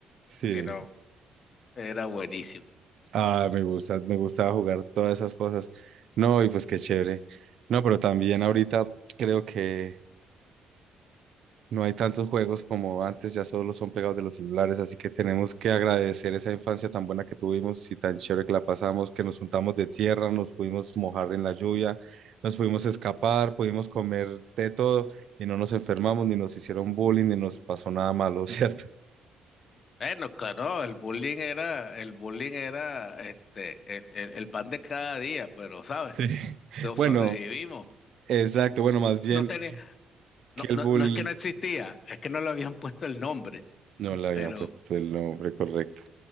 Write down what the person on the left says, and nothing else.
sino era buenísimo.
Bueno, claro, el bullying era, el bullying era este, el, el- el pan de cada día, pero ¿sabes?
Lo
sobrevivimos.
No tenía, no,
no,
no es que no existía, es que no le habían puesto el nombre,
pero,